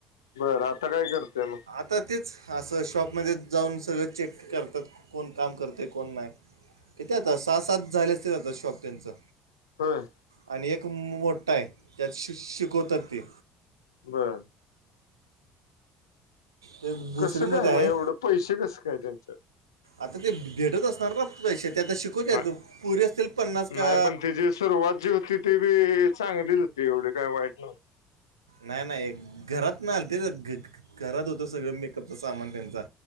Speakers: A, on the left; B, on the right.
A: बरं आता काय करतेय मग
B: आता तेच असं शॉपमध्ये जाऊन सगळं चेक करतात कोण काम करते कोण नाही. किथ आतां सहा सात झाल्यास ते जातं शॉप त्यांचं.
A: हम.
B: आणि एक मोठा आहे त्यात श शिकवतात तेी
A: बरं.
B: ते भुसरीमध्ये
A: कसं काय
B: आहे
A: मग एवढं पैसे कसं काय त्यांचं.
B: आता ते भेटत असणार ना पैसे ते आता शिकवत
A: नाही
B: पुरी असतील पन्नास का?
A: नाही पण तिची सुरुवात जी होती ती बी चांगलीच होती एवढी काय वाईट नव्हते.
B: नाही नाही घरात नाही आलं ते घ घरात होतं सगळं मेकअपचा सामान त्यांचा